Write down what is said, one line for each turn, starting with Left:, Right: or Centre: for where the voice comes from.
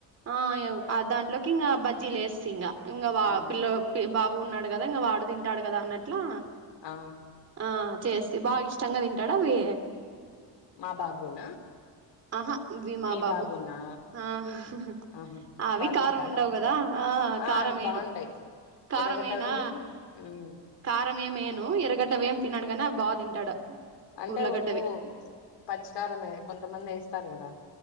Right: ఆ ఇగ అ దాంట్లొకి ఇంగా బజ్జీలు ఎస్త ఇంగా వా
Left: అవునా
Right: పిల్ల పి బాబు ఉన్నాడు గదా ఇంగ వాడు తింటాడు గదా అన్నట్లా
Left: ఆ
Right: ఆ చేస్తి బాగా ఇష్టంగా తింటాడా అవి?
Left: మా బాబునా
Right: ఆహా వి మా
Left: మీ
Right: బాబు
Left: బాబునా?
Right: ఆ
Left: ఆహా,
Right: అవి
Left: బా
Right: కారం
Left: తింటాడా
Right: ఉండవు
Left: అక్క
Right: కదా
Left: ఆ
Right: కారం
Left: అవి
Right: వేయను
Left: బావుంటయ్,
Right: కారం
Left: ఎర్రగడ్డ
Right: వేయనా
Left: అవీను మ్
Right: కారం ఏం ఏయను, ఎర్రగడ్డ అవి ఏం తినడు గాని అవి బా తింటాడు.
Left: అంటే
Right: ఉర్లగడ్డవి
Left: ఉరువు పచ్చికారమే కొంతమంది ఏస్తారు గదా